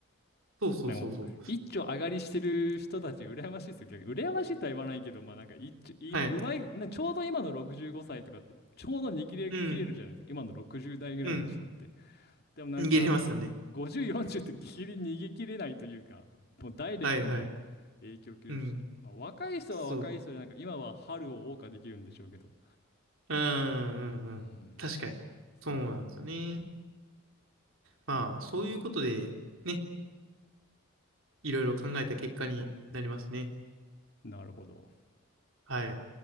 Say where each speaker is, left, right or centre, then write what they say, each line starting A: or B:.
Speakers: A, on the right; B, on the left.
A: そうそうそうそう。
B: なんかもう、一丁上がりしてる人たち、羨ましいですよ。逆に、羨ましいとは言わないけど、まあなんか一丁、い、
A: はい。
B: うまい、なちょうど今の65歳とかって、ちょうどに切れ、
A: うん。
B: 切れるじゃないですか。今の60代ぐらいの人って。
A: うん。
B: でもなんか、
A: 逃げれますよね。
B: ほ、50、40ってギリギリ逃げ切れないというか、もうダイレクトに影響を受けるし、
A: はいはい。うん。
B: まあ若い人は若い人で、
A: そう。
B: なんか今は春を謳歌できるんでしょうけど、
A: うんうんうん。
B: うん。
A: 確かに。そうなんですよね。
B: いやも
A: まあ、そういうことで、ね、いろいろ考えた結果になりますね。
B: う、なるほど。
A: はい。